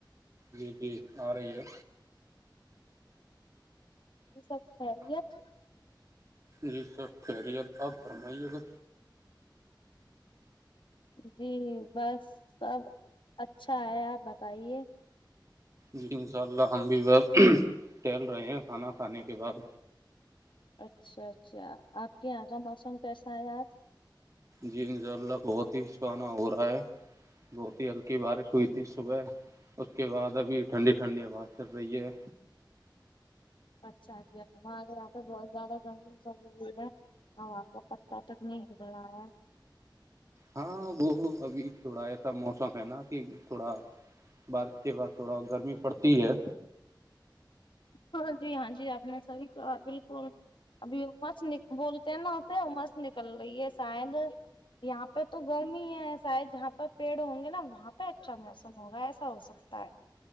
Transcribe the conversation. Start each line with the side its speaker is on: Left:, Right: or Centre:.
Right: جی جی آ رہی ہے
Left: یہ سب خیریت
Right: جی سر خیریت آپ فرمائیے گا
Left: جی بس سب اچھا ہے آپ بتائیے
Right: جی انشاء اللہ ہم بھی بت ھیل رہے ہیں کھانا کھانے کے بعد
Left: اچھا اچھا آپ کے یہاں کا موسم کیسا ہے آج
Right: جی انشاء اللہ بہت ہی خپانہ ہو رہا ہے بہت ہی کی بارش ہوئی تھی صبح اس کے بعد ابھی ٹھنڈی ٹھنڈی آواز چل رہی ہے
Left: اچھا جی ہمارے یہاں پہ بہت زیادہ جنگل سب ہوئی ہے ہو تو پٹہ تک نہیں ہل رہ ہے
Right: ہاں وہ ابھی تھوڑا ایسا موسم ہے نا کہ تھوڑا بارف کے بعد تھوڑا گرمی پڑتی ہے
Left: ہاں جی ہاں جی آ نے سر کار بالکل ابھی مس بولتے ہیں نا اسے مس نکل رہی ہے شاید یہاں پہ تو گرمی ہی ہے شاید جہاں پہ پیڑ ہوں گے نا وہاں پہ اچھا موسم ہوگا ایسا ہو سکتا ہے